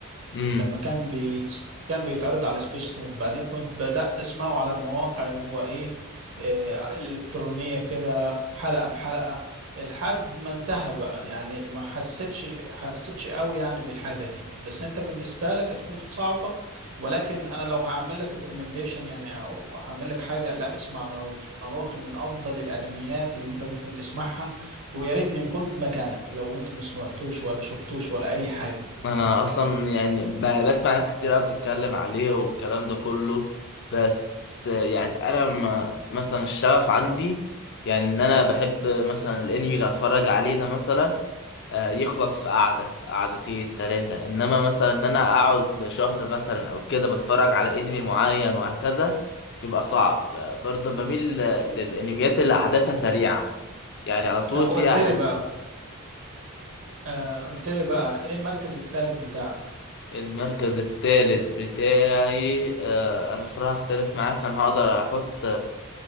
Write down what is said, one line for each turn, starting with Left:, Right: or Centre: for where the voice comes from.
Left: مم.
Right: لما كان بيت... كان بيتعرض على سبيستون بعدين كنت بدأت أسمعه على المواقع اللي هو إيه آه، الإلكترونية كده حلقة بحلقة لحد ما انتهى بقى يعني ما حسيتش حسيتش قوي يعني بالحاجة دي بس انت بالنسبة لك هتكون صعبة ولكن انا لو هعمل لك ريكومنديشن يعني او هعمل لك حاجة لا اسمع ناروتو ناروتو من افضل الانميات اللي انت ممكن تسمعها ويا ريتني ما كنت مكانك لو انت ما سمعتوش ولا شفتوش ولا اي حاجة
Left: انا اصلا يعني ب- بسمع ناس كتير قوي بتتكلم عليه والكلام ده كله بس يعني انا ما مثلا الشغف عندي يعني ان انا بحب مثلا الانمي اللي اتفرج عليه ده مثلا آه، يخلص في قعده في قعدتين ثلاثه انما مثلا ان انا اقعد شهر مثلا او كده بتفرج على انمي معين وهكذا يبقى صعب آه، برضه بميل ل- للانميات اللي احداثها سريعه يعني على طول
Right: طب
Left: في
Right: قلت
Left: احد
Right: لي بقى آه قلت لي بقى ايه المركز الثالث بتاعك
Left: المركز الثالث بتاعي آه انا بصراحة اختلف معاك انا هقدر احط